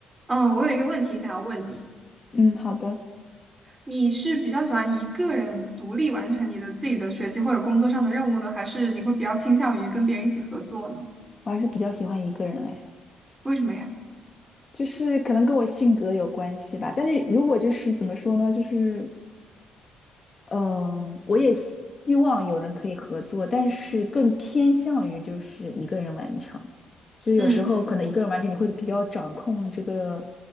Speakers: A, on the right; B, on the left.
A: 嗯，我有一个问题想要问你，
B: 嗯，好的，
A: 你是比较喜欢一个人独立完成你的自己的学习或者工作上的任务呢，还是你会比较倾向于跟别人一起合作呢？
B: 我还是比较喜欢一个人哎，
A: 为什么呀？
B: 就是可能跟我性格有关系吧。但是如果就是怎么说呢，就是嗯、呃我也希望有人可以合作，但是更偏向于就是一个人完成。就是有时候可能一个人完成，
A: 嗯
B: 你会比较掌控这个，